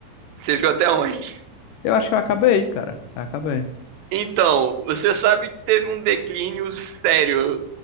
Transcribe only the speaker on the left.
Eu acho que eu acabei, cara. Acabei.